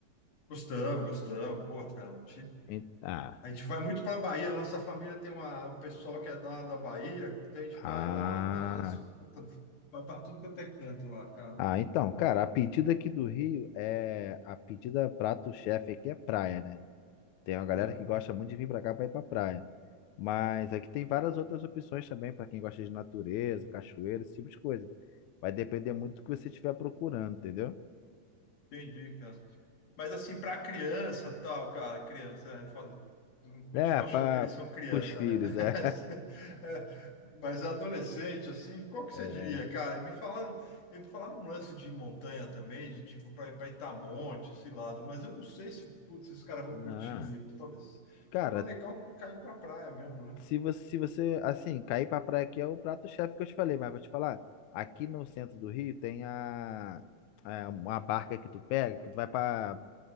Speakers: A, on the left; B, on the left.
A: Gostamos, gostamos. Pô, cara,
B: Em- Ah.
A: A gente vai muito para a Bahia, nossa família tem uma, um pessoal que é da, da Bahia, então a gente
B: Ah.
A: vai lá, dá umas. puta, vai para tudo quanto é canto lá, cara.
B: Ah, então, cara, a pedida aqui do Rio é. A pedida prato-chefe aqui é praia, né? Tem uma galera
A: É,
B: que gosta muito de vir pra cá pra ir pra praia. Mas aqui tem várias outras opções também pra quem gosta de natureza, cachoeira, esse tipo de coisa. Vai depender muito do que você estiver procurando, entendeu?
A: entendi, cara. Mas assim, pra criança, tal, cara, criança, é foda. Continuo
B: É, para
A: achando que eles são criança,
B: os filhos,
A: né? <laughs>
B: é.
A: É, Mas adolescente, assim, qual que
B: <laughs>
A: você diria, cara? Me falaram, me falaram um lance de montanha também, de tipo para ir para Itamonte, esse lado, mas eu não sei se, putz, esses caras vão
B: Não.
A: curtir muito. Talvez,
B: Cara,
A: acho que é mais legal cair pra praia mesmo, né?
B: se você, se você, assim, cair pra praia aqui é o prato-chefe que eu te falei, mas vou te falar, aqui no centro do Rio tem a, é, uma barca que tu pega, que tu vai pra